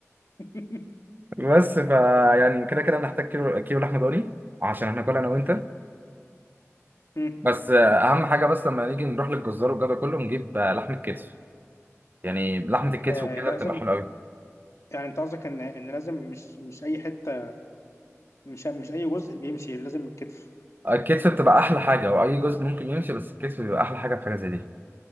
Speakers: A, on the left; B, on the right.
A: <laughs>
B: بس فا يعني كده كده هنحتاج كيلو كيلو لحمه ضاني عشان هناكل انا وانت
A: مم.
B: بس آه، اهم حاجه بس لما نيجي نروح للجزار والجو ده كله نجيب آه، لحمه كتف يعني لحمه الكتف
A: آه
B: وكده
A: لازم
B: بتبقى حلوه قوي
A: يعني انت قصدك ان ان لازم مش مش اي حته مش مش اي جزء بيمشي لازم الكتف
B: الكتف بتبقى احلى حاجه واي جزء ممكن يمشي بس الكتف بيبقى احلى حاجه في حاجه زي دي